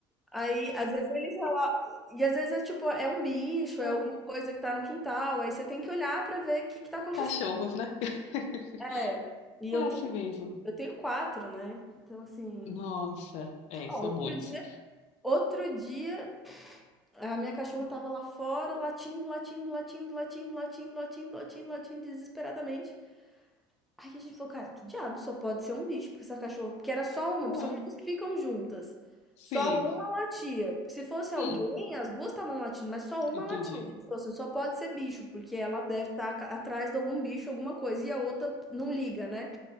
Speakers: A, in the centre; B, on the left (about 60°).
A: Aí, às vezes eles rela- E às vezes é tipo, é um bicho,
B: Ah,
A: é alguma coisa que tá no quintal. Aí você tem que olhar pra ver o que que tá acontecendo.
B: Cachorros, né? <laughs>
A: É. E eu
B: É assim
A: tenho,
B: mesmo.
A: eu tenho quatro, né? Então, assim.
B: Nossa, é,
A: ó,
B: são
A: outro
B: muitos.
A: dia. Outro dia A minha cachorra tava lá fora, latindo, latindo, latindo, latindo, latindo, latindo, latindo, latindo, desesperadamente. Aí a gente falou, cara, que diabo, só pode ser um bicho, porque essa cachorra. Porque era só uma,
B: Ah,
A: são duas que ficam juntas.
B: sim,
A: Só uma latia. Porque se fosse alguém,
B: hum,
A: as duas estavam latindo, mas só uma
B: entendi.
A: latia. A gente falou assim, só pode ser bicho, porque ela deve estar atrás de algum bicho, alguma coisa, e a outra não liga, né?